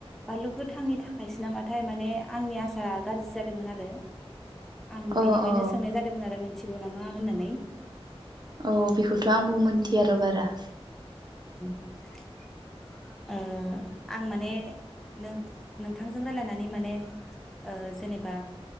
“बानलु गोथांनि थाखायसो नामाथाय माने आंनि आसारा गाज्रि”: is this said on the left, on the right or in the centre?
Centre